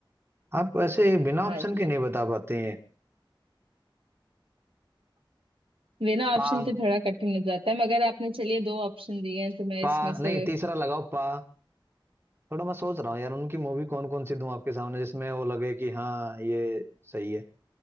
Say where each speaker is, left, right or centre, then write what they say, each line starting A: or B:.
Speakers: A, on the right; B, on the right.
A: आप वैसे बिना
B: हाँ
A: ऑप्शन
B: तो
A: के नहीं बता पाते हैं
B: बिना
A: पा
B: ऑप्शन के थोड़ा कठिन हो जाता है मगर आपने चलिए दो ऑप्शन दिए हैं तो मैं इसमें
A: पा
B: से
A: नहीं तीसरा लगाओ पा थोड़ा मैं सोच रहा हूँ यार उनकी मूवी कौन कौन सी दूं आपके सामने जिसमें वो लगे कि हाँ ये सही है